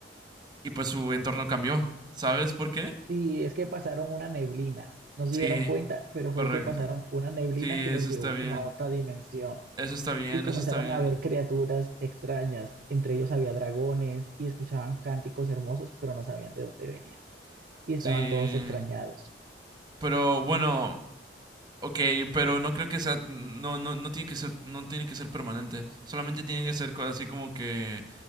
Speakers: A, on the right; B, on the right.
A: y pues su entorno cambió, ¿sabes por qué?
B: Y es que pasaron una neblina, no se
A: Sí,
B: dieron cuenta, pero fue
A: correcto.
B: que pasaron una neblina
A: Sí,
B: que
A: eso
B: los llevó
A: está bien.
B: como a otra dimensión
A: Eso está bien,
B: y comenzaron
A: eso está bien.
B: a ver criaturas extrañas, entre ellos había dragones y escuchaban cánticos hermosos, pero no sabían de dónde venían y estaban
A: Sí,
B: todos extrañados.
A: pero bueno, ok, pero no creo que sea, no, no, no tiene que ser, no tiene que ser permanente. Solamente tiene que ser co- así como que